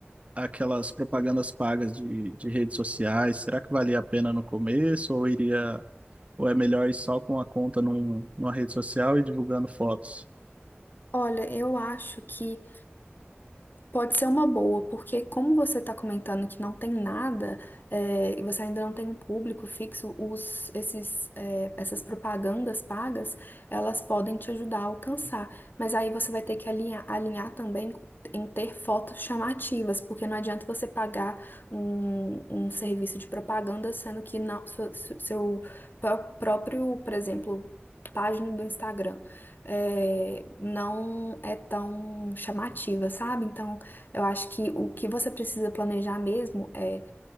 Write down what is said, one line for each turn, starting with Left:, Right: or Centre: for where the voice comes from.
Right: aquelas propagandas pagas de, de redes sociais? Será que valia a pena no começo ou iria, ou é melhor ir só com a conta num, numa rede social e divulgando fotos?
Left: Olha, eu acho que Pode ser uma boa, porque como você está comentando que não tem nada, é, e você ainda não tem um público fixo, os, esses, é, essas propagandas pagas, elas podem te ajudar a alcançar. Mas aí você vai ter que alinhar, alinhar também em ter fotos chamativas, porque não adianta você pagar um, um serviço de propaganda, sendo que não, sua- seu pró- próprio, por exemplo, página do Instagram é, não é tão chamativa, sabe? Então eu acho que o que você precisa planejar mesmo é,